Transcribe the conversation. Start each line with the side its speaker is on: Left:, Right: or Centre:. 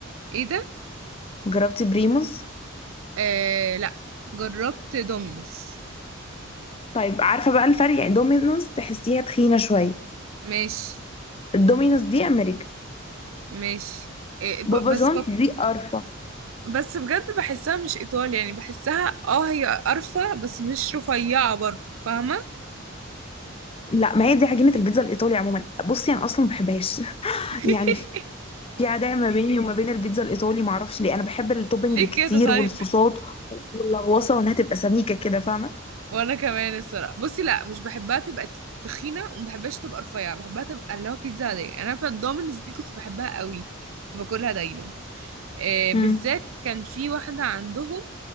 Right: إيه ده؟
Left: جربتي بريموز
Right: آه لأ جربت دومينوس
Left: طيب عارفه بقى الفرق يعني دومينوز تحسيها تخينه شويه
Right: ماشي
Left: الدومينوز دي امريكا
Right: ماشي إيه ب-
Left: بابا
Right: بس
Left: جونز
Right: بب...
Left: دي ارفع
Right: بس بجد بحسها مش ايطالي يعني بحسها اه هي قرفة بس مش رفيعة برضه فاهمة
Left: لا ما هي دي عجينة البيتزا الإيطالي عموما بصي أنا أصلا ما بحبهاش <laughs>
Right: <laughs>
Left: يعني في عداء ما بيني وما بين البيتزا الإيطالي ما أعرفش ليه أنا بحب التوبينج
Right: ليه
Left: الكتير
Right: كده طيب
Left: والصوصات واللغوصة وإنها تبقى سميكة كده فاهمة
Right: وانا كمان الصراحة بصي لا مش بحبها تبقى ت- تخينة وما بحبهاش تبقى رفيعة بحبها تبقى اللي هو بيتزا عادية انا في الدومينز دي كنت بحبها قوي كنت باكلها دايما إيه
Left: امم
Right: بالذات كان في واحدة عندهم